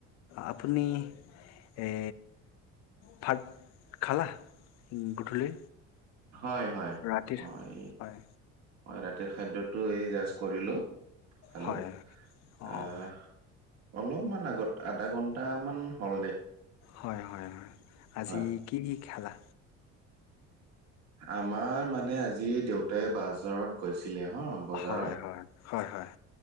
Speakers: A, on the left; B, on the right.
A: আপুনি! এই ভাত খালা গধূলি?
B: হয়, হয়,
A: ৰাতিৰ
B: মই
A: হয়
B: মই ৰাতিৰ খাদ্যটো এই জাষ্ট কৰিলোঁ, খালো।
A: হয় অঁ
B: আহ। অলপমান আগত আধা ঘন্টামান হ'ল দে।
A: হয়, হয়, হয়, আজি
B: হয়
A: কি দি খালা?
B: আমাৰ মানে আজি দেউতাই বাজাৰত গৈছিলে হা, বজাৰত,
A: হয়, হয়, হয়, হয়।